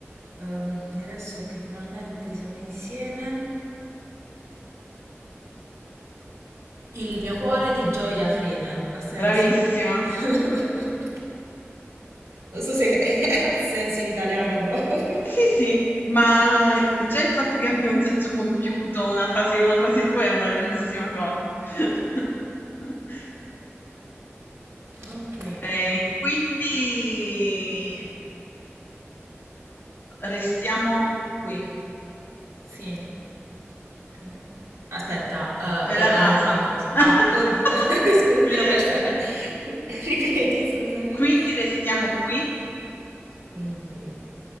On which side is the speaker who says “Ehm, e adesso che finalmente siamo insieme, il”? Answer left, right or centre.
Right